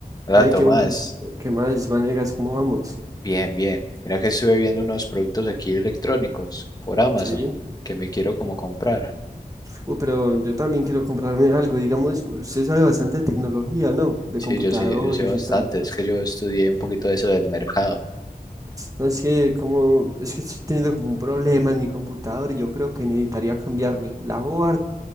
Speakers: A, on the left; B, on the right.
A: Hola
B: Hey,
A: Tomás,
B: ¿qué más? ¿Qué más, Vanegas? ¿Cómo vamos?
A: bien, bien. Mira que estuve viendo unos productos aquí electrónicos por Amazon
B: Sí.
A: que me quiero como comprar.
B: Uh, pero yo también quiero comprarme algo. Digamos, usted sabe bastante de tecnología, ¿no? De
A: Sí,
B: computadores
A: yo sé, yo sé bastante,
B: y todo.
A: es que yo estudié un poquito de eso del mercado.
B: No, es que como, es que estoy teniendo como un problema en mi computador y yo creo que necesitaría cambiarle la board